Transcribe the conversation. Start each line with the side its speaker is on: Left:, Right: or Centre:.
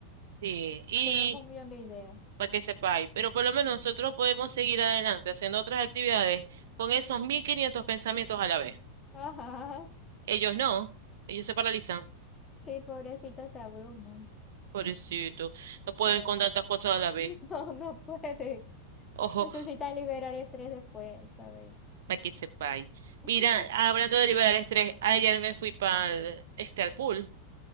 Right: Sí, y
Left: tenemos un millón de ideas.
Right: para que sepáis, pero por lo menos nosotros podemos seguir adelante haciendo otras actividades con esos 1500 pensamientos a la vez.
Left: Ajá.
Right: Ellos no, ellos se paralizan.
Left: Sí, pobrecito se abruma.
Right: Pobrecito, no pueden
Left: Sí. <laughs>
Right: con tantas cosas a la vez.
Left: No, no puede.
Right: Ojo,
Left: Necesita liberar estrés después, ¿sabes?
Right: para que sepáis.
Left: <laughs>
Right: Mira, hablando de liberar estrés, ayer me fui para este al pool.